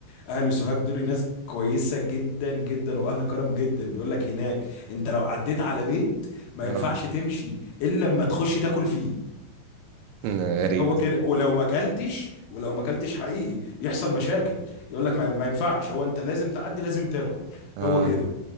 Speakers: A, on the left; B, on the right.
A: اهل سوهاج دول ناس كويسه جدا جدا واهل كرم جدا بيقول لك هناك انت لو عديت على بيت ما
B: آه.
A: ينفعش تمشي الا لما تخش تاكل فيه
B: مم.
A: <laughs>
B: غريب
A: هو كده ولو ما اكلتش ولو ما اكلتش حقيقي يحصل مشاكل يقول لك ما ما ينفعش هو انت لازم تعدي لازم تاكل
B: اه
A: هو كده